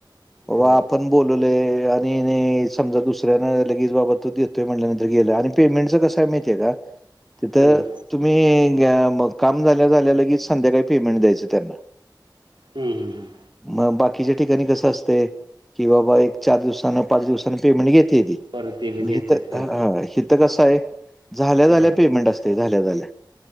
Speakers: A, in the centre; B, on the right.
A: बाबा
B: होय
A: आपण
B: होय
A: बोलवले आणि समजा दुसऱ्याने लगेच बाबा तो देत. ते म्हटल्यानंतर गेलं आणि पेमेंटच कसंय माहितीय का तिथं
B: हम्म
A: तुम्ही मग काम झाल्या झाल्या लगेच संध्याकाळी पेमेंट द्यायचं त्यांना
B: हम् हम् ह
A: मग बाकीच्या ठिकाणी कसं असते की बाबा एक चार दिवसान पाच दिवसान पेमेंट घेते ती
B: परत दिले घेतेत
A: इथं
B: होय
A: ह इथं कसं आहे झाल्या
B: हम्म
A: झाल्या पेमेंट असत झाल्या झाल्या.